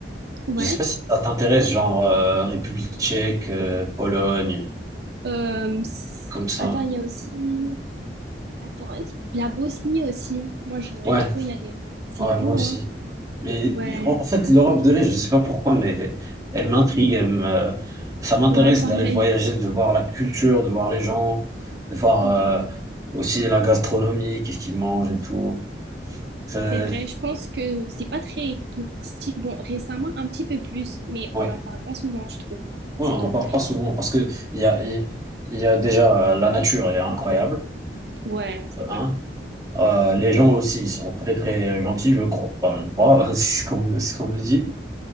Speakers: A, on the right; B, on the right.
A: Ouais.
B: Je sais pas si ça t'intéresse, genre euh, République tchèque, euh, Pologne,
A: Euh, c-
B: comme ça.
A: attends, il y a aussi... Attends, il y- la Bosnie aussi. Moi, j'aimerais
B: Ouais.
A: trop y aller. C'est
B: Ouais,
A: beau,
B: moi aussi.
A: hein?
B: Mais
A: Ouais.
B: en en fait, l'Europe de l'Est, je ne sais pas pourquoi, mais elle m'intrigue, elle me... ça m'intéresse
A: Ouais, pareil.
B: d'aller voyager, de voir la culture, de voir les gens, de voir
A: Mm.
B: euh, aussi la gastronomie, qu'est-ce qu'ils mangent et tout. C'est-
A: C'est vrai, je pense que c'est pas très touristique. Bon, récemment, un petit peu plus, mais
B: Ouais.
A: on n'en parle pas souvent, je trouve.
B: Ouais,
A: C'est
B: on n'en
A: dommage.
B: parle pas souvent parce que il y a, il y a déjà euh, la nature, elle est incroyable,
A: Ouais, c'est
B: de
A: vrai.
B: un. Euh, les gens aussi, ils sont très très gentils, je crois. Enfin, je crois, <laughs> c'est ce qu'on me, ce qu'on me dit.